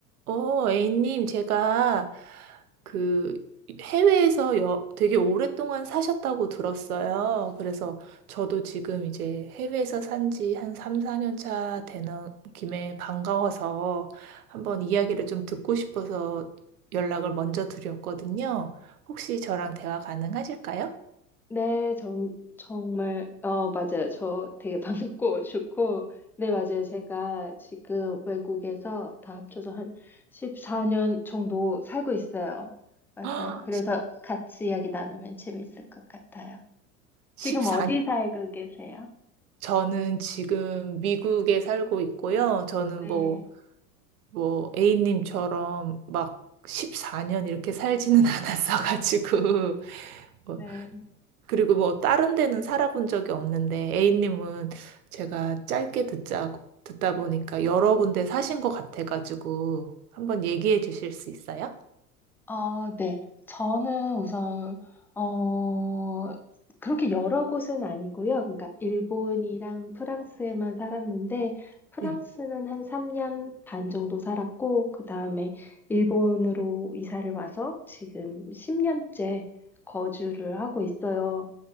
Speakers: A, on the right; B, in the centre.
A: 어, A님, 제가 그 해외에서 여, 되게 오랫동안 사셨다고 들었어요. 그래서 저도 지금 이제 해외에서 산지 한 3, 4년 차 되는 김에 반가워서 한번 이야기를 좀 듣고 싶어서 연락을 먼저 드렸거든요. 혹시 저랑 대화 가능하실까요?
B: 네, 정, 정말, 어, 맞아요. 저 되게 반갑고 <laughs> 좋고. 네, 맞아요. 제가 지금 외국에서 다 합쳐서 한 14년 정도 살고 있어요. 맞아요.
A: <gasps> 아,
B: 그래서 같이 이야기 나누면 재밌을 것 같아요.
A: 14년.
B: 지금 어디 살고 계세요?
A: 저는 지금 미국에 살고 있고요. 저는
B: 네,
A: 뭐 뭐 A님처럼 막 14년 이렇게 살지는 <laughs> 않았어가지고 뭐,
B: 네.
A: 그리고 뭐 다른 데는 살아본 적이 없는데 A님은 제가 짧게 듣자 듣다 보니까 여러 군데 사신 것 같아가지고 한번 얘기해 주실 수 있어요?
B: 어, 네. 저는 우선, 어, 그렇게 여러 곳은 아니고요. 그러니까 일본이랑 프랑스에만 살았는데, 프랑스는
A: 네.
B: 한 3년 반 정도 살았고, 그 다음에 일본으로 이사를 와서 지금 10년째 거주를 하고 있어요.